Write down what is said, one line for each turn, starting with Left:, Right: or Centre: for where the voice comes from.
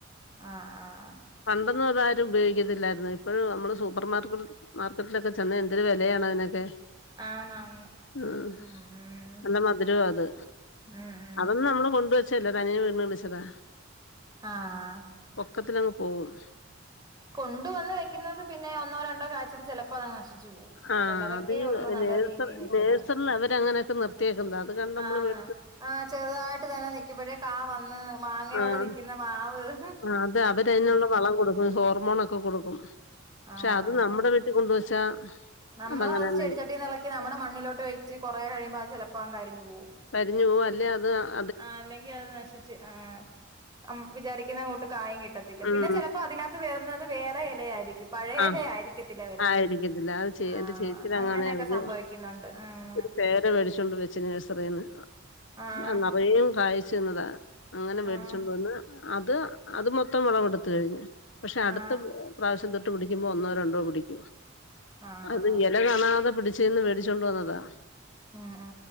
Right: ആഹ് ആഹ് ആഹ്
Left: പണ്ടൊന്നും അത് ആരും ഉപയോഗിക്കത്തില്ലായ്ര്ന്ന് ഇപ്പഴും നമ്മള് സൂപ്പർ മാർക്കറ്റ് മാർക്കറ്റിലൊക്കെ ചെന്ന എന്തൊരു വെലെയാണ് അതിനൊക്കെ
Right: ആന്നാന്ന്
Left: ആഹ്
Right: ഉം ഉം
Left: നല്ല മധുരവാ അത്
Right: ഉം ഉം
Left: അതൊന്നും നമ്മള് കൊണ്ടുവെച്ചല്ല തനിയെ വീണ് കിളിച്ചതാ
Right: ആഹ്
Left: പൊക്കത്തിലങ്ങ് പോവും
Right: കൊണ്ട് വന്ന് വെക്ക്ന്നത് പിന്നെ ഒന്നോ രണ്ടോ കാഴ്ച്ചിട്ട് ചെലപ്പോ അതങ്ങ് നശിച്ച് പോവും
Left: ആഹ്
Right: ചെലതൊക്കെ
Left: അതീ
Right: ഒള്ളൂ നല്ല
Left: നേഴ്സർ
Right: രീതിയിൽ നിക്കുന്നത്
Left: നേഴ്സറിൽ അവര് അങ്ങെനെയൊക്കെ നിർത്തിയേക്ക്‌ന്നത അത് കണ്ട് നമ്മള്
Right: ആന്ന്
Left: വേ
Right: ആഹ് ചെറ്തായിട്ട് തന്നെ നിക്ക്മ്പഴേ കാ വന്ന് മാങ്ങയോടെ
Left: ആഹ്
Right: നിക്ക്ന്ന മാവ്
Left: ആഹ് അത് അവര്
Right: ഉം
Left: അയ്നുള്ള വളം കൊടുക്കും ഹോർമോണൊക്കെ കൊടുക്കും
Right: ആഹ്
Left: ക്ഷെ അത്
Right: ആഹ്
Left: നമ്മടെ വീ ട്ടി കൊണ്ടുവച്ചാ
Right: നമ്മളത്
Left: അതങ്ങനെന്നെ
Right: ചെടി ചട്ടീന്ന് ഇളക്കി നമ്മടെ മണ്ണിലോട്ട് വെയ്ച്ച് കൊറേ കഴിയ്മ്പോ അത് ചെലപ്പോ അങ്ങ് കരിഞ്ഞ് പോവും
Left: കരിഞ്ഞ് പോവും അല്ലെ അത് അ
Right: ആഹ് അല്ലെങ്കി അത് നശിച്ച് ആഹ് അം വിചാരി ക്ക്ന്ന കൂട്ട് കായേം കിട്ടത്തില്ല പിന്നെ
Left: ഉം
Right: ചെലപ്പോ അതിനകത്ത് വെര്ന്നെത് വേറെ എലെയായിരിക്കും പഴേ
Left: ആഹ്
Right: എല ആയിരി ക്കത്തില്ല വര്ന്നത്
Left: ആയിരിക്കത്തില്ല അത് ചേ
Right: ആഹ്
Left: എന്റെ ചേച്ചിടങ്ങാന്നെ
Right: അങ്ങെനെക്കെ
Left: അവര്
Right: സംഭവിക്കുന്നുണ്ട് ആഹ്
Left: ഒരു പേര വേടിച്ചോണ്ട് വെച്ച് നേഴ്സറീന്ന്
Right: ആഹ്
Left: അ നറയും കായ്ച്ച് നിന്നതാ അങ്ങനെ വേടിച്ചു
Right: ആഹ്
Left: കൊണ്ട് വന്ന് അത് അത് മൊത്തം വെളവെടുത്ത് കഴിഞ്ഞ് പക്ഷെ അടുത്ത്
Right: ആഹ്
Left: പ്രാവശ്യം തൊട്ട് പിടിക്കുമ്പോ ഒന്നോ രണ്ടോ പിടിക്കും
Right: ആഹ്
Left: അത് എല കാണാതെ പിടി ചെന്ന് വേടിച്ചോണ്ട് വന്നതാ
Right: ഉം ഉം